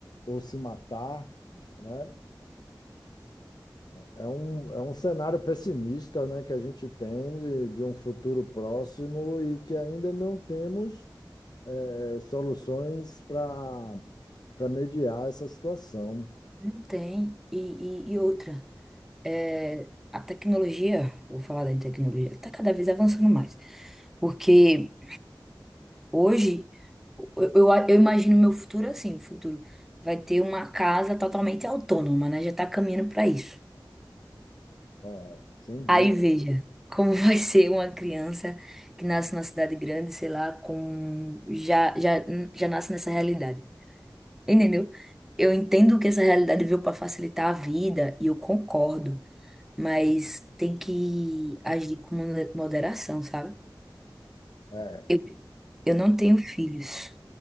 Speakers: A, on the left; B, in the centre.
A: ou se matar, né? É um, é um cenário pessimista, né, que a gente tem de, de um futuro próximo e que ainda não temos é, soluções para para mediar essa situação.
B: Não tem. E, e, e outra, é, a tecnologia, vou falar da tecnologia, está cada vez avançando mais. Porque. Hoje, eu, eu eu imagino meu futuro assim, o futuro vai ter uma casa totalmente autônoma, né? Já tá caminhando para isso.
A: É, sem dúvida.
B: Aí veja como <laughs> vai ser uma criança que nasce na cidade grande, sei lá, com já já já nasce nessa realidade. Entendeu? Eu entendo que essa realidade veio para facilitar a vida e eu concordo, mas tem que agir com moderação, sabe?
A: É,
B: Eu, eu não tenho filhos.